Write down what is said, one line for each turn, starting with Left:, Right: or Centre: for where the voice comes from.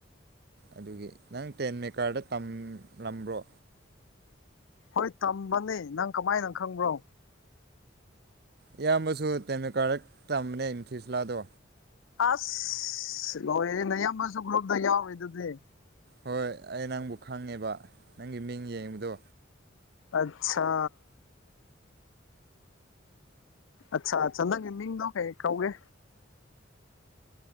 Right: ꯑꯗꯨꯒꯤ ꯅꯪ ꯇꯦꯟ ꯃꯦꯀꯥꯔꯗ ꯇꯝꯂꯝꯕ꯭ꯔꯣ
Left: ꯍꯣꯏ ꯇꯝꯕꯅꯤ ꯅꯪ ꯀꯃꯥꯏꯅꯪ ꯈꯪꯕ꯭ꯔꯣ
Right: ꯏꯌꯥꯝꯕꯁꯨ ꯇꯦꯃꯦꯀꯥꯔ ꯇꯝꯕꯅ‌ꯦ ꯏꯝꯊꯁꯂꯥꯗꯣ
Left: ꯑꯁ ꯂ‌ꯣꯏꯔ‌ꯦ ꯅꯌꯥꯝꯕꯁꯨ ꯒꯔꯨꯞꯇ ꯌꯥꯎꯔꯤ ꯑꯗꯨꯗꯤ
Right: ꯍꯣꯏ ꯑꯩ ꯅꯪꯕꯨ ꯈꯪꯉꯦꯕ ꯅꯪꯒꯤ ꯃꯤꯡ ꯌꯦꯡꯕꯗꯣ
Left: ꯑꯠꯁꯥ ꯑꯁꯥ ꯑꯁꯥ ꯅꯪꯒꯤ ꯃꯤꯡꯗ‌ꯣ ꯀꯩ ꯀꯧꯏ